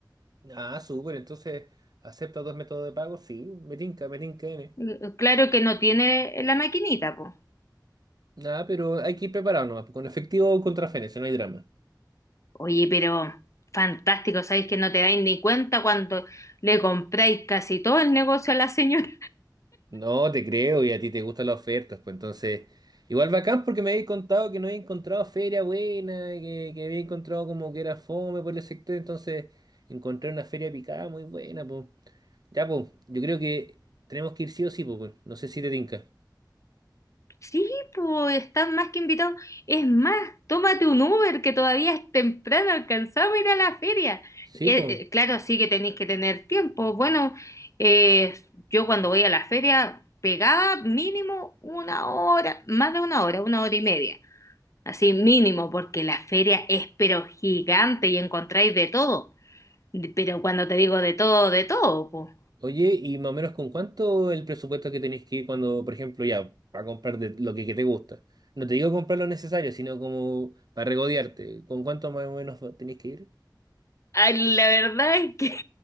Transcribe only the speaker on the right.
Ah, súper. Entonces, ¿acepta dos métodos de pago? Sí, me tinca, me tinca N.
Nada, pero hay que ir preparado nomás, pues, con efectivo o con transferencia, no hay drama.
No, te creo, y a ti te gustan las ofertas, pues entonces, igual bacán porque me habéis contado que no había encontrado feria buena, que, que había encontrado como que era fome por el sector, entonces encontré una feria picada muy buena, pues. Ya, pues, yo creo que tenemos que ir sí o sí, pues, weón. no sé si te tinca.
Sí,
pues.
Oye, y más o menos con cuánto el presupuesto que tenéis que ir cuando, por ejemplo, ya, para comprar de lo que, que te gusta. No te digo comprar lo necesario, sino como para regodearte. ¿Con cuánto más o menos tenéis que ir?